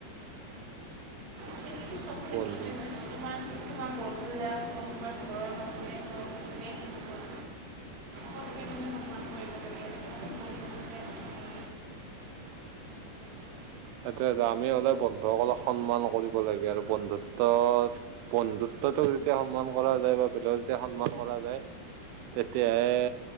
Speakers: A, on the right; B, on the right.
A: সেইটোতো চব ক্ষেত্ৰতে
B: বন্ধু
A: হয় ন তোমাৰ তোমাৰ বন্ধু হে আৰু <unintelligible> আমাৰ ঘৰৰ <unintelligible> যোনে কি নহওক সকলোকে
B: <inaudible>
A: তুমি সন্মান কৰিব লাগে সেইটো অকল বন্ধু বুলিয়ে কথা নাই
B: সেইটো এটা আমি সদায় বন্ধুসকলক সন্মান কৰিব লাগে আৰু বন্ধুত্বত বন্ধুত্বটোক যেতিয়া সন্মান কৰা যায় বা বেলেগক যেতিয়া সন্মান কৰা যায়। তেতিয়াহে